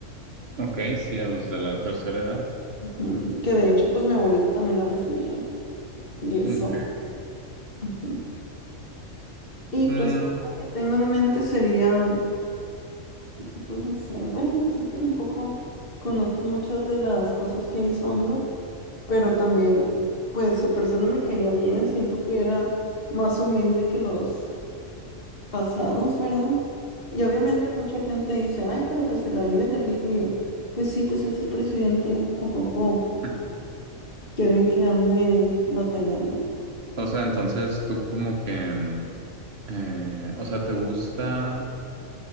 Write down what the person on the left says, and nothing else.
ujú, que de hecho, pues, mi abuelita también la recibía. Y eso.
ujú. Y
pues, otro que tengo en mente sería, pues, ¿qué podría ser? Bueno, pues es que tampoco conozco muchas de las cosas que hizo AMLO, pero también, pues, su persona me caía bien, siento que era más humilde que los pasados, ¿verdad? Y obviamente
mucha gente dice, ay, pero pues se la vive de rico. Y yo, pues sí, pues es el presidente, ¿a poco
quieren que ande batallando?